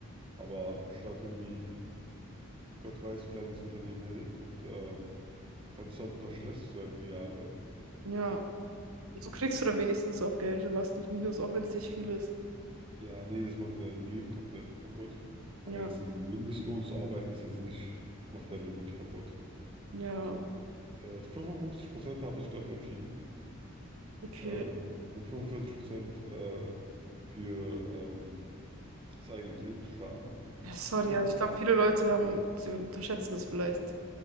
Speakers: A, on the right; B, on the right.
A: Aber statt irgendwie, Gott weiß, wie lange das Unternehmen hält und ähm, konstant unter Stress zu sein für Jahre,
B: Ja.
A: ähm,
B: Und so kriegst du dann wenigstens auch Geld, du machst nicht Minus, auch wenn es nicht viel ist.
A: ja, nee, das macht dir dein Leben komplett kaputt. Aber
B: Ja,
A: jetzt im Mindestlohn zu arbeiten, ist jetzt nicht, macht dein Leben nicht kaputt.
B: ja,
A: So, äh, 55% haben sich dafür entschieden
B: okay.
A: ähm, und 45% äh, für ähm, das eigene Unternehmen zu starten.
B: Ja, Sorry,
A: Und ich muss
B: also
A: aber
B: ich glaube, viele Leute haben, sie unterschätzen das vielleicht.